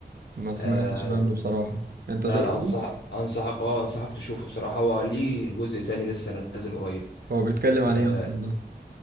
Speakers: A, on the right; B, on the left.
A: ما سمعتش
B: آه
A: عنه بصراحة أنت
B: لا
A: شفته؟
B: لا انصح انصحك اه انصحك تشوفه بصراحة هو ليه جزء تاني لسه نازل قريب
A: هو بيتكلم عن
B: آه
A: ايه اصلا ده